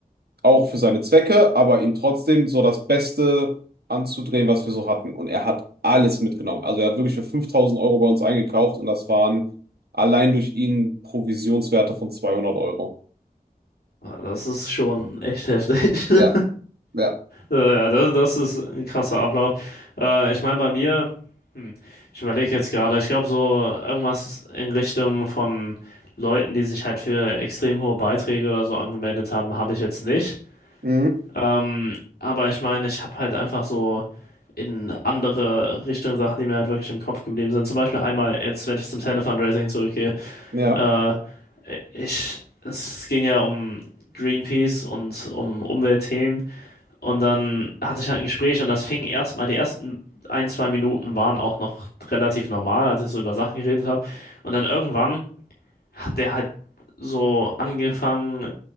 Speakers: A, on the right; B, on the left.
A: auch für seine Zwecke, aber ihm trotzdem so das Beste anzudrehen, was wir so hatten. Und er hat alles mitgenommen. Also er hat wirklich für 5000 Euro bei uns eingekauft und das waren allein durch ihn Provisionswerte von 200 Euro.
B: Ah, Das ist schon echt heftig.
A: Ja,
B: <laughs>
A: ja.
B: Äh, Ja, das, das ist ein krasser Ablauf. Äh, ich meine, bei mir, ich überlege jetzt gerade, ich glaube, so irgendwas in Richtung von Leuten, die sich halt für extrem hohe Beiträge oder so angemeldet haben, habe ich jetzt nicht.
A: Mhm.
B: Ähm, aber ich meine, ich habe halt einfach so in andere Richtungen Sachen, die mir halt wirklich im Kopf geblieben sind. Zum Beispiel einmal jetzt, wenn ich zum Telefundraising zurückgehe,
A: Ja,
B: äh, ich, es ging ja um Greenpeace und um Umweltthemen. Und dann hatte ich halt ein Gespräch und das fing erstmal, die ersten ein, zwei Minuten waren auch noch relativ normal, als ich so über Sachen geredet habe. Und dann irgendwann hat der halt so angefangen,